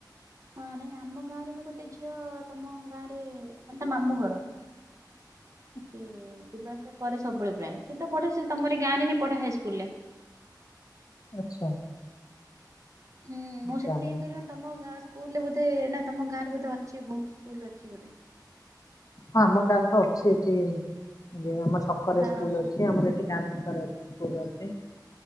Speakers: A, on the right (about 45°); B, on the left (about 50°).
A: ହଁ ନାଇଁ ଆମ ଗାଁରେ ବି ଗୋଟେ ଝିଅ ତମ ଗାଁରେ ମାନେ ତ ମାମୁଁ ଘର
B: <inaudible>
A: ସିଏ ଯିବାଆସିବା କରେ ସବୁବେଳେ ପ୍ରାୟ ସେ ତ ପଢେ ସେ ତମରି ଗାଁ ରେ ହିଁ ପଢେ ହାଇସ୍କୁଲ ରେ।
B: ଆଚ୍ଛା
A: ହୁଁ ମୁଁ ସେଥି
B: ଜାଣିନି
A: ହୋଇପାରିବନି। ତମ ଗାଁ ସ୍କୁଲ ରେ ବୋଧେ ନା ତମ ଗାଁରେ ବୋଧେ ଅଛି ବହୁତ ସ୍କୁଲ ଅଛି ବୋଧେ
B: ହଁ ଆମ ଗାଁରେ ତ ଅଛି ଏଠି ଇ ଆମ ଛକରେ
A: ହଁ
B: ସ୍କୁଲ ଅଛି ଆମର ଏ ଗାଁ ଛକରେ ଅଛି କହୁ ନାହାନ୍ତି।